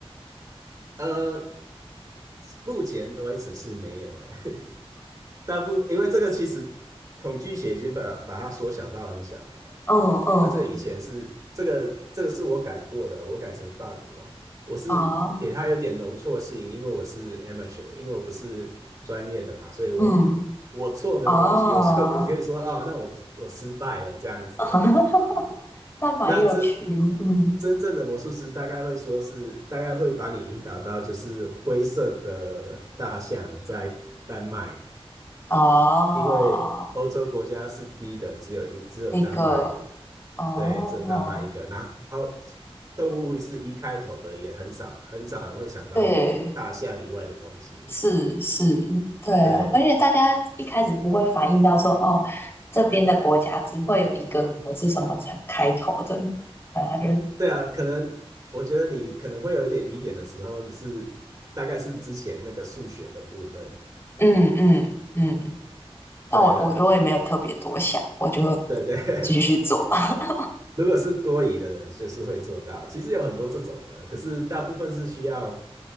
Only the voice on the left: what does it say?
<laughs> 哦哦，
哦
嗯哦。
<laughs> 但蛮有趣，
嗯，
哦，
那个，哦，
对，是是，对啊，
而且大家一开始不会反应到说，哦，这边的国家只会有一个可能是什么才开头的，反正就是
嗯嗯嗯，但我我我也没有特别多想，
我就
继续做。<laughs>